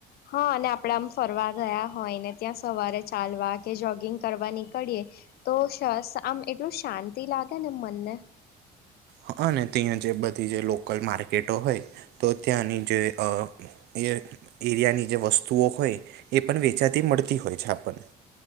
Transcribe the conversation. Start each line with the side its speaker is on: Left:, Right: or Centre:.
Left: હા અને આપડા આમ ફરવા ગયા હોય ને ત્યાં સવારે ચાલવા કે જોગિંગ કરવા નીકળીએ તો સરસ આમ એટલું શાંતિ લાગે ને મનને
Right: હ અને ત્યાં જે બધી જે લોકલ માર્કેટો હોય તો ત્યાંની જે એ એરિયાની જે વસ્તુઓ હોય એ પણ વેચાતી મળતી હોય છે આપણને